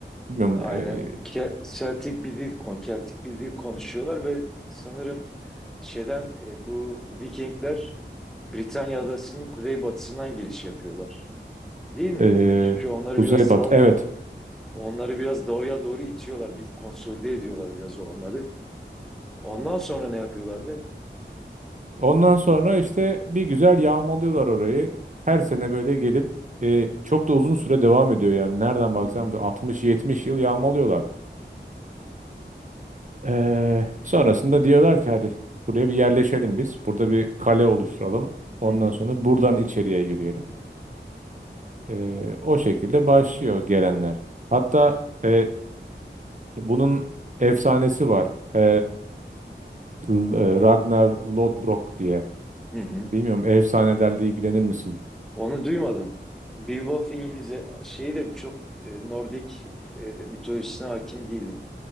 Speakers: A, on the right; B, in the centre.
A: Bilmiyorum.
B: Aynen.
A: e,
B: Ke- Celtic bir dil, kon- Keltik bir dil konuşuyorlar ve sanırım şeyden e, bu Vikingler Britanya adasının kuzeybatısından giriş yapıyorlar. Değil mi?
A: e,
B: Çünkü onları
A: Kuzey
B: biraz sağa
A: Batı. Evet.
B: onları biraz doğuya doğru itiyorlar. Bir konsolide ediyorlar biraz onları. Ondan sonra ne yapıyorlardı?
A: Ondan sonra işte bir güzel yağmalıyorlar orayı. Her sene böyle gelip e, çok da uzun süre devam ediyor yani. Nereden baksan
B: Hı hı,
A: bir 60-70 yıl yağmalıyorlar. E, sonrasında diyorlar ki hadi buraya bir yerleşelim biz. Burada bir kale oluşturalım. Ondan
B: hı hı,
A: sonra buradan içeriye yürüyelim. E, o şekilde başlıyor gelenler. Hatta e, bunun efsanesi var. E, L- e, Ragnar Lodbrok diye.
B: hı hı.
A: Bilmiyorum efsanelerle ilgilenir misin?
B: Onu duymadım. Beowulf İngilizce şeyi de çok e, Nordik e, mitolojisine hakim değilim.